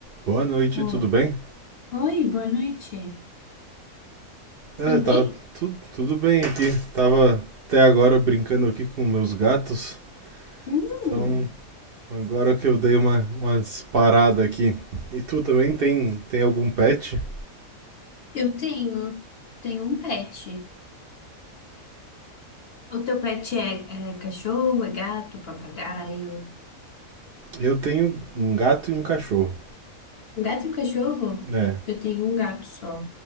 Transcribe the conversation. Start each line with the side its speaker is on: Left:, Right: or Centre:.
Right: Boa noite,
Left: Oh.
Right: tudo bem?
Left: Oi, boa noite.
Right: É,
Left: Tudo
Right: tá
Left: bem?
Right: tudo, tudo bem aqui. Tava até agora brincando aqui com meus gatos.
Left: Hum,
Right: Então, agora que eu dei uma, uma parada aqui. E tu também tem, tem algum pet?
Left: eu tenho, tenho um pet. O teu pet é, é cachorro, é gato, papagaio?
Right: Eu tenho um gato e um cachorro.
Left: Um gato e um cachorro?
Right: É,
Left: Eu tenho um gato só.